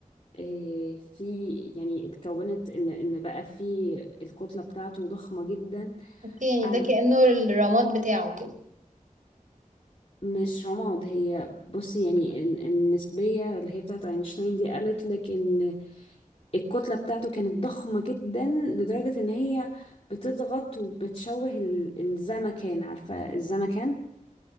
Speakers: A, on the left; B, on the right.
A: آه، في يعني اتكونت ان ان بقى في الكتله بتاعته ضخمه جدا
B: اوكي يعني
A: قعدت
B: ده كأنه الرماد بتاعه كده
A: مش رماد هي بص يعني ال- النسبيه اللي هي بتاعت اينشتاين دي قالت لك ان الكتله بتاعته كانت ضخمه جدا لدرجه ان هي بتضغط وبتشوه ال- الزمكان عارفه الزمكان